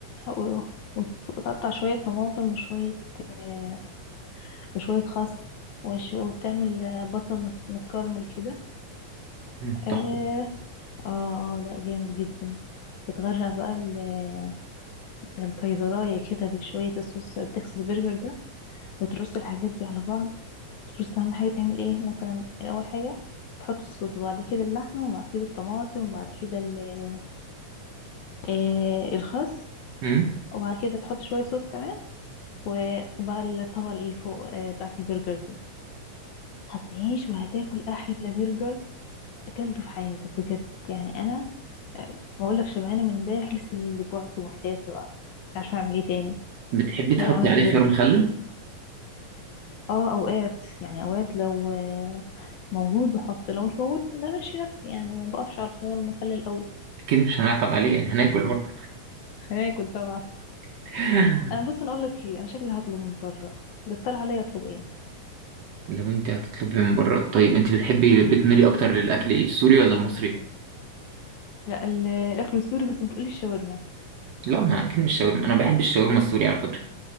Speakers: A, on the left; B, on the right.
A: و... وت- وتقطع شوية طماطم وشوية آه وشوية خس وشو... وتعمل آه، بصل مت- متكرمل كده
B: مم.
A: آه،
B: تحفة
A: اه اه لا جامد جدا بتغرق بقى ال- الكيزرايه كده بشويه الصوص التكساس برجر ده وترص الحاجات دي على بعض ترص اهم حاجه تعمل ايه مثلا الاول حاجه تحط الصوص وبعد كده اللحمه وبعد كده الطماطم وبعد كده ال- آه، الخس
B: مم.
A: وبعد كده تحط شويه صوص كمان و- وبقى الطبقه اللي فوق آه، بتاعه البرجر دي هتعيش وهتاكل احلى برجر اكلته في حياتك بجد يعني انا ما اقولك شبعانه من امبارح لسه اللي جوعت ومحتاسه بقى مش عارفه اعمل ايه تاني
B: بتحبي تحطي
A: امبارح عملت
B: عليه
A: برجر
B: خيار مخلل؟
A: اه اوقات يعني اوقات لو آه، موجود بحط لو مش موجود بمشي نفسي يعني ما بقفش على الخيار المخلل قوي
B: أكيد مش هنعطل عليه يعني هناكل برضه
A: هاكل <laughs> طبعا
B: <laughs>
A: انا بص انا اقول لك ايه انا شكلي هطلب من بره بتقترح عليا اطلب ايه
B: لو أنت هتطلبي من بره طيب أنت بتحبي بتميلي أكتر للأكل إيه السوري ولا المصري؟
A: لا ال- الاكل السوري بس بتقولي الشاورما
B: لا ما أكيد مش شاورما أنا ما بحبش الشاورما السوري على فكرة